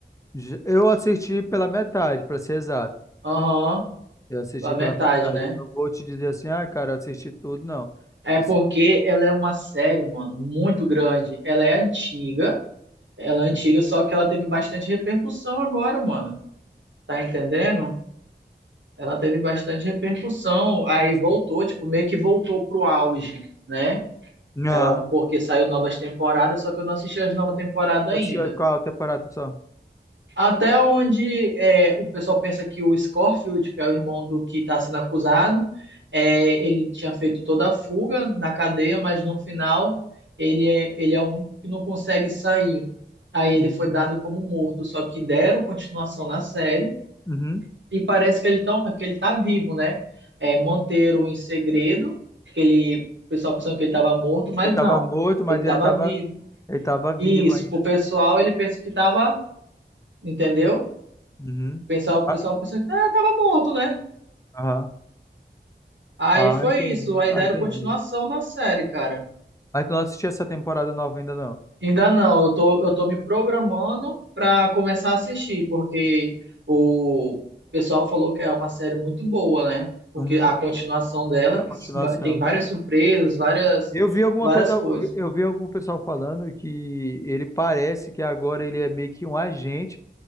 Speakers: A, on the left; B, on the right.
A: J- Eu assisti pela metade, pra ser exato.
B: Aham,
A: Eu assisti
B: a metade,
A: pela metade.
B: né?
A: Eu não vou te dizer assim, ah, cara, eu assisti tudo, não.
B: É
A: Assim,
B: porque ela é uma série, mano, muito grande. Ela é antiga, ela é antiga,
A: hum,
B: só que ela teve bastante repercussão agora, mano. Tá entendendo? Ela teve bastante repercussão, aí
A: isso.
B: voltou, tipo, meio que voltou pro auge, né?
A: Não.
B: Ela, porque saiu novas temporadas, só que eu não assisti as novas temporadas
A: Eu
B: ainda.
A: assisti qual temporada só?
B: Até onde é, o pessoal pensa que o Scorfield, que é o irmão do que está sendo acusado, é, ele tinha feito toda a fuga na cadeia, mas no final ele é, ele é o único que não consegue sair. Aí ele
A: Uhum.
B: foi dado como morto, só que deram continuação na série
A: Uhum.
B: e parece que ele, tão, que ele tá vivo, né? É, manteram em segredo, que ele, o pessoal pensando que ele estava morto, mas
A: Ele tava
B: não,
A: morto, mas
B: ele estava
A: ele tava,
B: vivo.
A: ele tava vivo
B: E Isso,
A: ainda.
B: pro pessoal, ele pensa que estava, entendeu?
A: Uhum.
B: Pensava, o
A: Ah,
B: pessoal pensando que estava morto, né?
A: aham.
B: Aí
A: Ah,
B: foi
A: entendi.
B: isso, aí
A: Ah,
B: deram
A: entendi.
B: continuação na série, cara.
A: Mas tu não assistiu essa temporada nova ainda, não?
B: Ainda não, eu tô, eu tô me programando para começar a assistir, porque o pessoal falou que é uma série muito boa, né? Porque
A: Uhum.
B: a continuação dela
A: A
B: que
A: continuação.
B: s- va- tem várias surpresas, várias,
A: Eu vi alguma
B: várias
A: coisa, eu
B: coisas.
A: vi eu vi algum pessoal falando que ele parece que agora ele é meio que um agente.